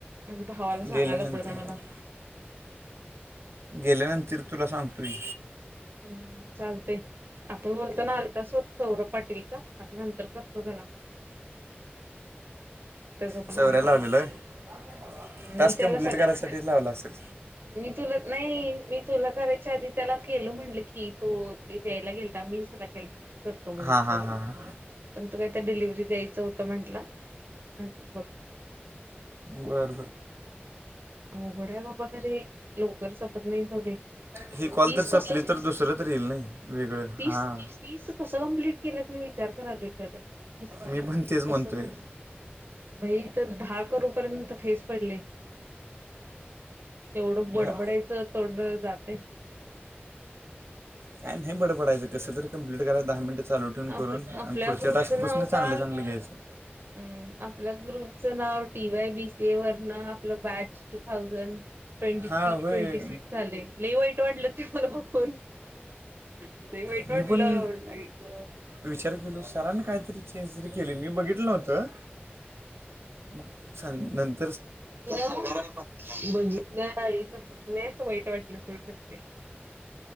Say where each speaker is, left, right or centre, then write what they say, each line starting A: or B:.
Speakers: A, on the right (about 60°); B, on the right (about 85°).
A: म्हणजे भावाला सांगायला
B: गेल्यानंतर
A: बरं मला
B: गेल्यानंतर तुला सांगतोय.
A: हम्म चालतय आपण बोलताो ना आलता स सौरभ पाटीलचा आता नंतर कसतो झाला म त्याचा पण
B: चौऱ्या
A: आलता्
B: लावलेलं आहे टास्क
A: मी त्याला
B: कम्प्लीट
A: सग
B: करायसाठीच लावला असेल
A: मी तुल नाही मी तुला करायच्या आधी त्याला केलं म्हटलं की तू द्यायला गेलता मी करत
B: हां हां
A: कॉल
B: हां हां
A: काय डिलिव्हरी द्यायचं होतं म्हंटलं नंतरत
B: बर.
A: अवगड आहे बाबा खरे लवकर सपत नाही सगडे.
B: ही कॉल
A: तीस
B: तर संपली
A: कस तीस
B: तर दुसरं तर येईल नाही वेगळं हां
A: तीस कसं कंप्लीट केलं तुम्ही. विचार करालय खरं तीस तीस
B: मी पण तेच म्हणतोय
A: कसं काय. भाई इथ दहा करोपर्यंत फेस पडले. एवढं
B: बर
A: बडबडायचं तोडण जाते.
B: काय नाही बड पडयचं कसंरी तरी कप्लीट कराय दहा मिनटं. चालू ठेवून
A: आप
B: करून आणि
A: आपल्या
B: पुढच्या
A: ग्रुपचं
B: टास्कपासून
A: नाव
B: चांगलं
A: काल
B: चांगले घ्यायचं.
A: हम्म आपल्या ग्रुपचं नाव टी वाय बीसी ए वरन आपलं बॅच टू थाउजंड. ट्वेंटी
B: हां
A: ट्वेंटी
B: होय
A: सिक्स झाले लय वाईट वाटलं ते मला बघून. वाईट
B: मी
A: वाटलं
B: पण
A: लाईक.
B: विचार केलास? सराण काहीतरी चेंज जरी केली मी बघितलं नव्हतं मग स नंत
A: बघितलं नाही अस वाईट वाटलं सर ते.